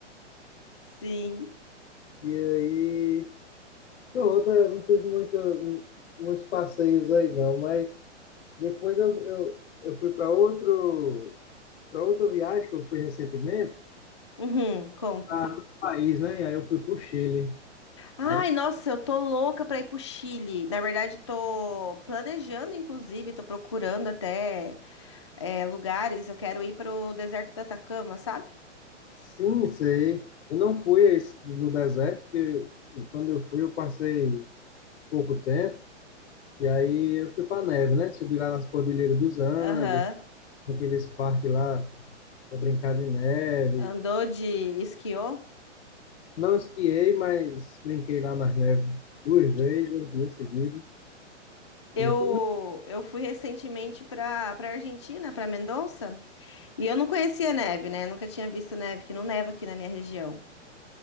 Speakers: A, on the left; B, on the left.
A: <laughs> sim.
B: e aí pronto, é, não teve muito muitos passeios aí não, mas depois eu, eu, eu fui para outro, para outra viagem que eu fui recentemente,
A: Uhum, conta-me.
B: para outro país, né? E aí eu fui para o Chile.
A: Ai,
B: Aí
A: nossa, eu tô louca pra ir pro Chile. Na verdade, tô planejando, inclusive, tô procurando até é, lugares. Eu quero ir pro deserto da Atacama, sabe?
B: Sim, sei. Eu não fui a esse- no deserto, porque quando eu fui, eu passei pouco tempo, e aí eu fui para neve, né? Subi lá nas Cordilheiras dos Andes,
A: Aham.
B: naqueles parques lá para brincar de neve.
A: Andou de esquiô?
B: Não esquiei, mas brinquei lá nas neves duas vezes, dois dias seguidos.
A: Eu,
B: E foi muito...
A: eu fui recentemente para para Argentina, para Mendoza, e eu não conhecia neve, né? Nunca tinha visto neve, que não neva aqui na minha região.